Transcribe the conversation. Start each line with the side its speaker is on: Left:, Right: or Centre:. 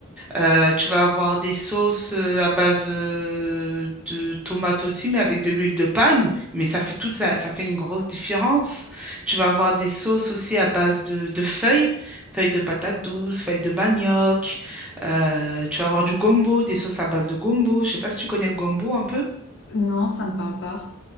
Centre: Euh, tu vas avoir des sauces euh, à base euh, de tomates aussi, mais avec de l'huile de palme. Mais ça fait toute la, ça fait une grosse différence. Tu vas avoir des sauces aussi à base de, de feuilles, feuilles de patates douces, feuilles de manioc. Euh, tu vas avoir du gombo, des sauces à base de gombo. Je sais pas si tu connais le gombo un peu.
Left: Non, ça me parle pas.